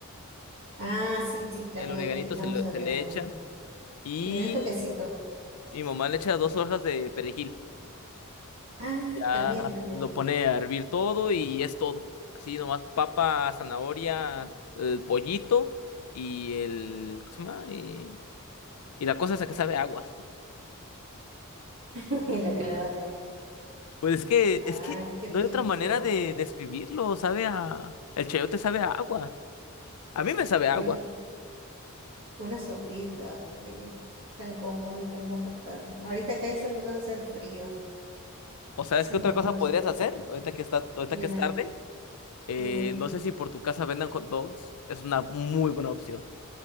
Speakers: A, on the right (about 60°); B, on the left (about 80°).
A: Ah, sí, sí, también
B: El oreganito
A: aquí le echamos
B: se, lo-
A: orégano.
B: se le echa. Y
A: Que le den toquecito.
B: mi mamá le echa dos hojas de perejil.
A: Ah,
B: Ya
A: también, también.
B: lo pone a hervir todo y es todo. Así nomás papa, zanahoria, el pollito y el... ¿Cómo se llama? Y, y la cosa esa que sabe a agua.
A: <laughs> Y la calabaza.
B: Pues es que,
A: Ay,
B: es que
A: qué
B: no
A: rico.
B: hay otra manera de describirlo. Sabe a... El chayote sabe a agua. A mí me sabe a
A: Hoy
B: agua.
A: Una sopita, ay, tan cómodo y tan confortable. Ahorita acá ya está empezando a hacer frío.
B: O sabes
A: Si se
B: qué
A: antoja
B: otra cosa
A: una
B: podrías
A: sopita.
B: hacer ahorita que está, ahorita
A: Dime,
B: que es tarde. Eh,
A: dime, dime.
B: no sé si por tu casa vendan hot dogs. Es una muy buena opción.